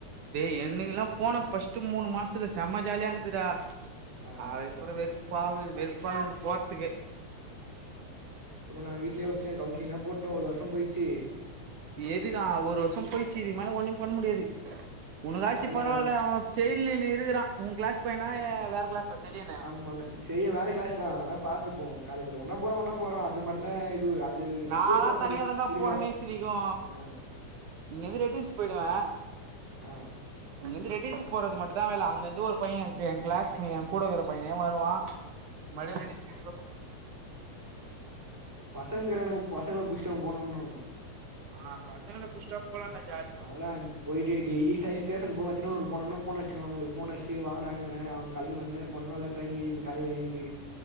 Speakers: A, on the right; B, in the centre.
A: ஏய் என்னைக்கெல்லா
B: சரி
A: போன ஃபர்ஸ்ட்டு மூணு மாசத்துல செம்ம ஜாலியா இருந்துடா
B: ஆ
A: அதுகப் தொற வெறுப்பாவுது வெறுப்பாவுது போற்துக்கே
B: அப்றோ நா வீட்லே வச்ட்ட கவுன்சிலிங்லா போட்டோ ஒரு வருஷோ போயிச்சு
A: எதுக்கு ஆ ஒரு வருஷம் போயிச்சு இதுக்கு மேலே ஒன்னு பண்ண முடியாது உனகாச்சு
B: அவ்ளதா
A: பரவால்ல அவ செய்லன் இருக்கறா உ கிளாஸ் பையனா வேற கிளாஸா செல்லியனு
B: ஆமா செய்ய வேற கிளாஸ் தா ஆனா பாத்துப்போ காலேஜ்ல ஒன்னா போறோ ஒன்னா போறோ அது மட்டுதா இது அது
A: நான்லா
B: கூட போறதுக்கு
A: தனியா தண்டா
B: இருக்குறா
A: போறனே இத்தினிக்கு
B: ஆ
A: இங்கந்து ரெட்டின்ச்சு போய்டுவ
B: ஆ
A: இங்கருந்து ரெட்டில்ஸ் போறது மட்டு தா ‌வேல அங்கந்து ஒரு பைய எ எங்கிளாஸ் பையன எ கூட இருக்கற பையனே வருவா
B: ஆ
A: மழைல் <unintelligible>
B: ஆ பசங்கிறானங்க பசங்கள புடிச்சட்ட போனோனோ
A: ஆ பசங்கல புஸ்டா போலன்டா
B: அஹ்லான் போயிட்டு டெய்லி சய்ஸ் ஸ்டேஷன் போவ சின்னமனூர் போனன்னா ஃபோன் அட்ச்சிடுவ அவனுக்கு ஃபோன் அட்ச்ட்டு வாங்கடான்னுவ அவனுங்க களம்பி வந்துனே இருப்பானுங்க அ ட்ரெயின் ஏறி போய் காலேஜ் எறங்கிட்டு